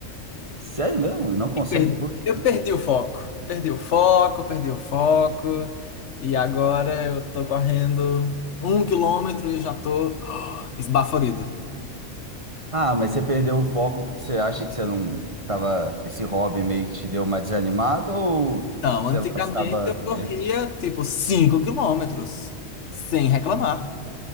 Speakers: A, on the right (about 25°); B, on the left (about 65°).
A: Sério mesmo? Não consegue?
B: Eu perdi,
A: Por quê?
B: eu perdi o foco. Perdi o foco, perdi o foco. E agora eu tô correndo um quilômetro e já tô <gasps> esbaforido.
A: Ah, mas você perdeu o foco porque você acha que você não tava. Esse hobby meio que te deu uma desanimada ou,
B: Então,
A: sei
B: antigamente
A: lá, você tava
B: eu
A: doente?
B: corria tipo cinco quilômetros, sem reclamar.